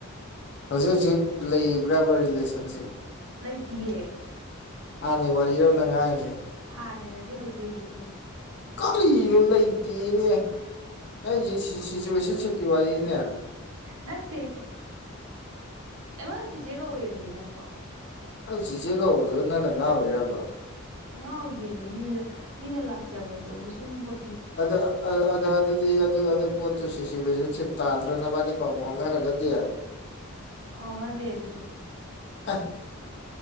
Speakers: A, on the left; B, on the right.
A: ꯍꯧꯖꯤꯛ ꯍꯧꯖꯤꯛ ꯂꯩꯔꯤꯕ꯭ꯔꯕ ꯔꯤꯂꯦꯁꯟꯖꯦ꯫
B: ꯂꯩꯇꯤꯌꯦ꯫
A: ꯍꯥꯟꯅꯒꯤ ꯋꯥꯔꯤꯔꯕ ꯅꯪꯉꯥꯡ ꯉꯤꯖꯦ꯫
B: ꯍꯥꯟꯅꯩ ꯅꯠꯇꯦ ꯍꯧꯖꯤꯛ ꯍꯧꯖꯤꯛꯀꯤꯅꯤ꯫
A: ꯀꯔꯤꯅꯣ ꯂꯩꯇꯦꯅꯦ ꯅꯪꯒꯤꯖꯦ ꯁꯤ ꯁꯤꯆꯨꯋꯦꯁꯟꯁꯤꯞ꯫ ꯀꯤ ꯋꯥꯔꯤꯅꯤꯅꯦ꯫
B: ꯅꯠꯇꯦ ꯑꯩꯉꯣꯟꯗ ꯆꯦꯆꯦ ꯀꯧꯋꯦꯃꯤ ꯅꯪꯕꯣ꯫
A: ꯆꯦꯆꯦ ꯀꯧꯕꯗꯨꯕꯨ ꯅꯪꯅ ꯉꯥꯎꯔꯤꯔꯕ꯫
B: ꯉꯥꯎꯗꯦꯃꯤ ꯃꯤ ꯃꯤꯅ ꯂꯥꯛꯆꯕꯗꯨꯕꯨ ꯁꯨꯝ ꯀꯣ
A: ꯑꯗꯨ ꯑ ꯑ ꯑ ꯑꯗꯨꯗꯤ ꯑꯗꯨ ꯑꯗꯨ ꯄꯣꯠ ꯨ ꯁꯤꯆꯋꯦꯁꯟꯁꯤꯞ ꯇꯥꯗ꯭ꯔ ꯅꯕꯥꯏꯅꯤ ꯄꯥꯎ ꯐꯥꯎꯅꯔꯒꯗꯤ꯫
B: ꯐꯥꯎꯅꯗꯦ ꯑꯗꯨꯁꯨ꯫
A: ꯑ